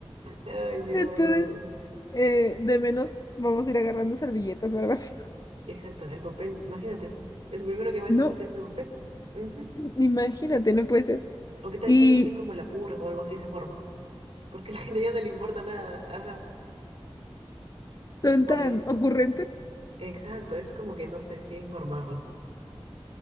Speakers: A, on the right (about 85°); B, on the left (about 40°).
A: ay Dios.
B: Entonces, eh, de menos vamos a ir agarrando servilletas o algo así. <laughs>
A: Exacto, el papel. Imagínate. El primero que va a
B: No,
A: desaparecer fue el papel. Ujú.
B: imagínate, no puede ser.
A: O qué tal
B: Y
A: si hay así como la purga o algo así se forma. Porque a la gente ya no le importa nada. Ajá.
B: son
A: Por
B: tan
A: eso.
B: ocurrentes.
A: Exacto, es como que no sé si informarlo.